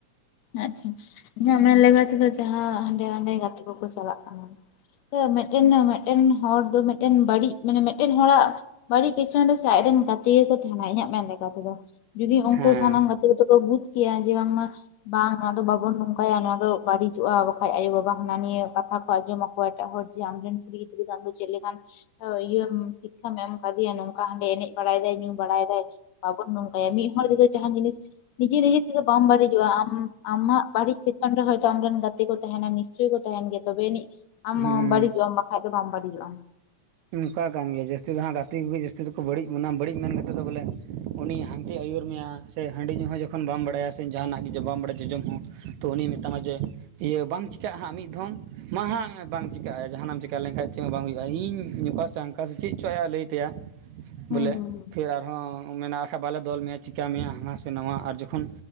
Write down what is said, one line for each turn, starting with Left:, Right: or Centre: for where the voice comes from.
Left: ᱟᱪᱪᱷᱟ ᱤᱧᱟᱹᱜ ᱢᱮᱱ ᱞᱮᱠᱟ ᱛᱮᱫᱚ ᱡᱟᱦᱟᱸ ᱦᱟᱸᱰᱮ ᱱᱟᱸᱰᱮ ᱜᱟᱛᱮ ᱠᱚ ᱠᱚ ᱪᱟᱞᱟᱜ ᱠᱟᱱᱟ ᱾ ᱛᱚ ᱢᱮᱫᱴᱮᱱ ᱢᱮᱫᱴᱮᱱ ᱦᱚᱲ ᱫᱚ ᱢᱮᱫᱴᱮᱱ ᱵᱟᱹᱲᱤᱡ ᱢᱟᱱᱮ ᱢᱮᱫᱴᱮᱱ ᱦᱚᱲᱟᱜ, ᱵᱟᱹᱲᱤᱡ ᱯᱤᱪᱷᱚᱱ ᱨᱮ ᱥᱮ ᱟᱡᱨᱮᱱ ᱜᱟᱛᱮ ᱜᱮᱠᱚ ᱛᱟᱦᱮᱱᱟ ᱤᱧᱟᱹᱜ ᱢᱮᱱ ᱞᱮᱠᱟ ᱛᱮᱫᱚ ᱾ ᱡᱩᱫᱤ ᱩᱱᱠᱩ
Right: ᱦᱮᱸ
Left: ᱥᱟᱱᱟᱢ ᱜᱟᱛᱮ ᱠᱚ ᱵᱩᱡᱽ ᱠᱮᱭᱟ ᱡᱮ ᱵᱟᱝᱢᱟ, ᱵᱟᱝ ᱱᱚᱣᱟ ᱫᱚ ᱵᱟᱵᱚᱱ ᱱᱚᱝᱠᱟᱭᱟ ᱱᱚᱣᱟ ᱫᱚ ᱵᱟᱹᱲᱤᱡᱚᱜᱼᱟ ᱵᱟᱠᱷᱟᱡ ᱟᱭᱳ ᱵᱟᱵᱟ ᱦᱟᱱᱟ ᱱᱤᱭᱟᱹ ᱠᱟᱛᱷᱟ ᱠᱚ ᱟᱸᱡᱚᱢ ᱟᱠᱚᱣᱟ ᱮᱴᱟᱜ ᱦᱚᱲ, ᱡᱮ ᱟᱢᱨᱮᱱ ᱠᱩᱲᱤ ᱜᱤᱫᱽᱨᱟᱹ ᱫᱚ ᱟᱢ ᱫᱚ ᱪᱮᱫ ᱞᱮᱠᱟᱱ ᱚ ᱤᱭᱟᱹ ᱥᱤᱠᱷᱟᱢ ᱮᱢ ᱠᱟᱫᱮᱭᱟ ᱱᱚᱝᱠᱟ ᱦᱟᱸᱰᱮ ᱮᱱᱮᱡ ᱵᱟᱲᱟᱭ ᱫᱟᱭ ᱧᱩ ᱵᱟᱲᱟᱭ ᱫᱟᱭ, ᱵᱟᱵᱚᱱ ᱱᱚᱝᱠᱟᱭᱟ ᱢᱤᱫ ᱦᱚᱲ ᱨᱮᱫᱚ ᱡᱟᱦᱟᱱ ᱡᱤᱱᱤᱥ ᱱᱤᱡᱮ ᱱᱤᱡᱮ ᱛᱮᱫᱚ ᱵᱟᱢ ᱵᱟᱹᱲᱤᱡᱚᱜᱼᱟ ᱟᱢ ᱟᱢᱟᱜ ᱵᱟᱹᱲᱤᱡ ᱯᱮᱪᱷᱚᱱ ᱨᱮ ᱦᱚᱭᱛᱳ ᱟᱢᱨᱮᱱ ᱜᱟᱛᱮ ᱠᱚ ᱛᱟᱦᱮᱱᱟ ᱱᱤᱥᱪᱳᱚᱭ ᱠᱚ ᱛᱟᱦᱮᱱ ᱜᱮᱭᱟ ᱛᱚᱵᱮ ᱟᱹᱱᱤᱡ ᱟᱢ
Right: ᱦᱩᱸ
Left: ᱵᱟᱹᱲᱤᱡᱚᱜ ᱟᱢ ᱵᱟᱠᱷᱟᱡ ᱫᱚ ᱵᱟᱢ ᱵᱟᱹᱲᱤᱡᱚᱜᱼᱟᱢᱟ ᱾
Right: ᱚᱱᱠᱟ ᱠᱟᱱ ᱜᱮᱭᱟ ᱡᱟᱹᱥᱛᱤ ᱫᱚ ᱦᱟᱸᱜ ᱜᱟᱛᱮ ᱠᱚᱜᱮ ᱡᱟᱹᱥᱛᱤ ᱫᱚᱠᱚ ᱵᱟᱹᱲᱤᱡ ᱵᱚᱱᱟ ᱵᱟᱹᱲᱤᱡ ᱢᱮᱱ ᱠᱟᱛᱮᱫ ᱫᱚ ᱵᱚᱞᱮ, ᱩᱱᱤ ᱦᱟᱱᱛᱮ ᱟᱹᱭᱩᱨ ᱢᱮᱭᱟ ᱥᱮ ᱦᱟᱺᱰᱤ ᱧᱩᱚᱜ ᱦᱚᱸ ᱡᱚᱠᱷᱚᱱ ᱵᱟᱢ ᱵᱟᱲᱟᱭᱟ ᱥᱮ ᱡᱟᱦᱟᱱᱟᱜ ᱜᱮ ᱵᱟᱢ ᱵᱟᱲᱟᱭᱟ ᱡᱚᱡᱚᱢ ᱦᱚᱸ, ᱛᱚ ᱩᱱᱤᱭ ᱢᱮᱛᱟᱢᱟ ᱡᱮ ᱤᱭᱟᱹ ᱵᱟᱝ ᱪᱤᱠᱟᱹᱜᱼᱟ ᱦᱟᱸᱜ ᱢᱤᱫ ᱫᱷᱚᱢ ᱢᱟ ᱦᱟᱸᱜ ᱵᱟᱝ ᱪᱤᱠᱟᱹᱜᱼᱟ ᱡᱟᱦᱟᱱᱟᱜ ᱮᱢ ᱪᱤᱠᱟ ᱞᱮᱱᱠᱷᱟᱱ ᱪᱮᱫ ᱦᱚᱸ ᱵᱟᱝ ᱦᱩᱭᱩᱜᱼᱟ ᱤᱧ <unintelligible> ᱧᱯ <unintelligible> ᱥᱟᱝᱠᱟ ᱥᱮ ᱪᱮᱫᱪᱚᱭ ᱞᱟᱹᱭ ᱛᱟᱭᱟ ᱵᱚᱞᱮ
Left: ᱦᱩᱸ
Right: ᱯᱷᱤᱨ ᱟᱨᱦᱚᱸ ᱢᱮᱱᱟ ᱟᱨᱠᱷᱟᱱ <unintelligible> ᱵᱟᱞᱮ ᱫᱚᱞ ᱢᱮᱭᱟ ᱪᱤᱠᱟᱹ ᱢᱮᱭᱟ ᱦᱟᱱᱟ ᱥᱮ ᱱᱚᱣᱟ ᱟᱨ ᱡᱚᱠᱷᱚᱱ